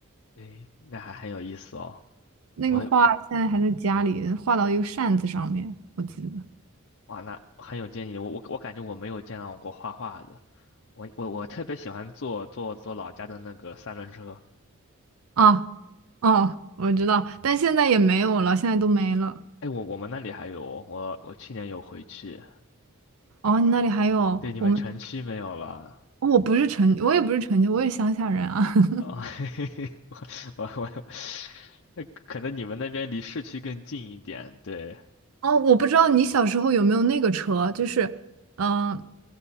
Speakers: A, on the left; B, on the right.
A: 诶，那还很有意思哦。
B: 那个画现在还在家里画到一个扇子上面，
A: 我
B: 我记得
A: 哇，那很有见议。我我我感觉我没有见到过画画的。我我我特别喜欢坐坐坐老家的那个三轮车。
B: 啊哦，我知道，但现在也没有了，现在都没了。
A: 哎，我我们那里还有哦，我我去年有回去。
B: 哦，你那里还有我们，
A: 对，你们城区没有了。
B: 哦我不是城，我也不是城都，我也乡下人啊。<laughs>
A: 哦，<laughs> 嘿嘿嘿，我我我，那可能你们那边离市区更近一点。对，
B: 哦，我不知道你小时候有没有那个车，就是，嗯、呃